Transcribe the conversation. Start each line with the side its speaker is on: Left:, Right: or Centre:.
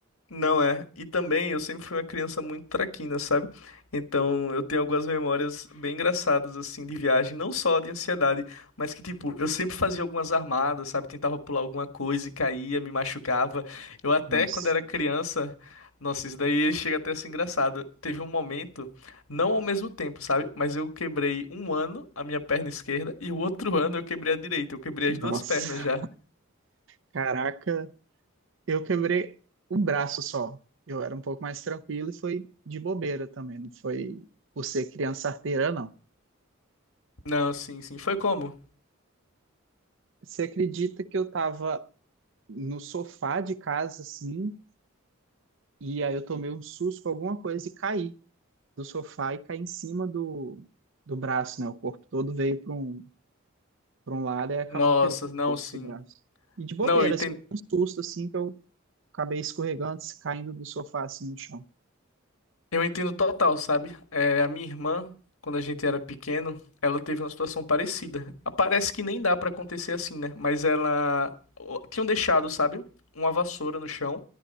Left: Não é. E também eu sempre fui uma criança muito traquina, sabe? Então eu tenho algumas memórias bem engraçadas assim de viagem, não só de ansiedade, mas que tipo, eu sempre fazia algumas armadas, sabe? Tentava pular alguma coisa e caía, me machucava. Eu até
Right: Nossa,
Left: quando era criança, nossa, isso daí chega até a ser engraçado. Teve um momento, não ao mesmo tempo, sabe? Mas eu quebrei um ano a minha perna esquerda e o outro ano eu quebrei a direita. Eu quebrei
Right: nossa,
Left: as duas pernas já.
Right: caraca, eu quebrei o braço só. Eu era um pouco mais tranquilo e foi de bobeira também, não foi por ser criança arteira, não.
Left: Não, sim, sim. Foi como?
Right: Você acredita que eu tava no sofá de casa, assim, e aí eu tomei um susto com alguma coisa e caí do sofá e caí em cima do, do braço, né? O corpo todo veio para um para um lado e acabou
Left: Nossa,
Right: quebrando
Left: não,
Right: o osso
Left: sim.
Right: do braço. E de bobeira,
Left: Não, eu entendo
Right: assim, um susto assim que eu acabei escorregando, caindo do sofá assim no chão.
Left: Eu entendo total, sabe? É, a minha irmã, quando a gente era pequeno, ela teve uma situação parecida. Ah, Parece que nem dá pra acontecer assim, né? Mas ela o- tinham deixado, sabe, uma vassoura no chão,